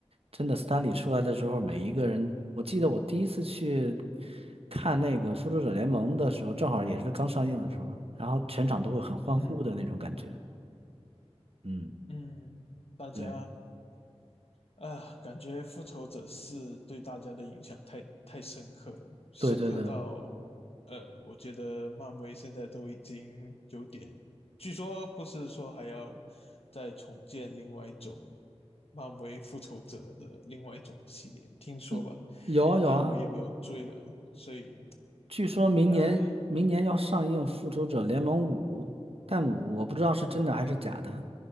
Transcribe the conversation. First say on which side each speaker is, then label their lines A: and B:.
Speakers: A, on the right; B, on the left.
A: 真的斯坦李出来的时候，每一个人，我记得我第一次去看那个《复仇者联盟》的时候，正好也是刚上映的时候，然后全场都会很欢呼的那种感觉。
B: 嗯
A: 嗯，
B: 嗯，大家。
A: 对
B: 啊，感觉《复仇者四》对大家的影响太太深刻了，深刻到，
A: 对对对。
B: 呃，我觉得漫威现在都已经有点，据说不是说还要再重建另外一种漫威复仇者的另外一种系列，听说吧，
A: 嗯有啊有啊，
B: 但我也没有追了，所以，
A: 据说明年明年要上映《复仇者联盟五》，
B: 唉，
A: 但我不知道是真的还是假的。
B: 嗯。